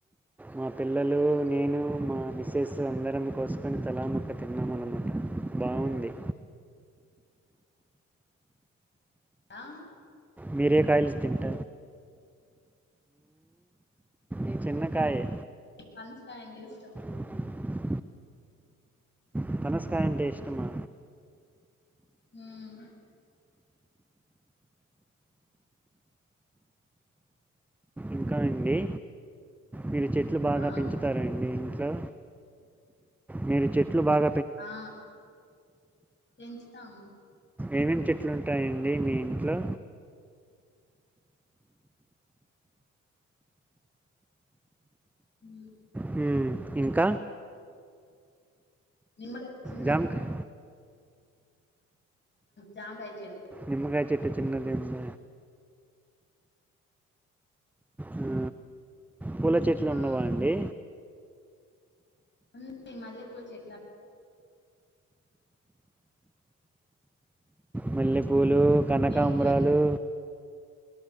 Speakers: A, in the centre; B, on the left.
A: మా పిల్లలు నేను మా మిసెస్ అందరం కోసుకొని తలాముక్క <unintelligible> తిరున్నా అనమాట బాగుంది
B: ఆ
A: మీరే కాయలు <unintelligible> తింట ఈ చిన్నకాయే
B: పనస కాయ్ అంటే ఇష్టం
A: ఉంటాయి <unintelligible> ఇష్టమా
B: హ
A: ఇంకా అండి మీరు చెట్లు బాగ
B: ఆ
A: పెంచు <unintelligible> ఇంట్లో మీరు చెట్లు బాగ
B: ఆ పెంచుతాము
A: ఏమేం చెట్లు ఉంటాయండి మీ ఇంట్లో
B: ఉ
A: హు ఇంక
B: <unintelligible>
A: జామకాయ
B: జామ్కాయ్ <unintelligible>
A: నిమ్కాయ చెుట్టు చిన్నది ఉంద హు పూల చెట్లు
B: ఆ
A: ఉన్నవ అండి
B: ఉంది మళ్ళీ పుచ్చెట్ల
A: మల్లెపూలు కనకాంబరాలు
B: మీ ఇంట్లో